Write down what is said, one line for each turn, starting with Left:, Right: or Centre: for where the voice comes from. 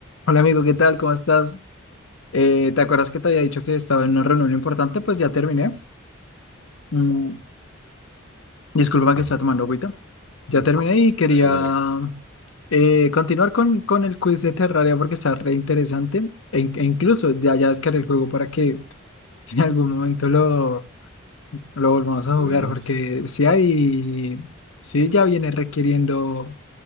Left: Hola amigo, ¿qué tal? ¿Cómo estás? Eh, ¿te acuerdas que te había dicho que estaba en una reunión importante? Pues ya terminé. Mm, disculpa que estaba tomando agüita. Ya terminé y quería
Right: Dale, dale,
Left: eh, continuar con, con el quiz de Terraria porque está re interesante. E, in- e incluso ya, ya descargué el juego para que <laughs> en algún momento lo, lo volvamos a
Right: juguemos.
Left: jugar porque si hay, si ya viene requiriendo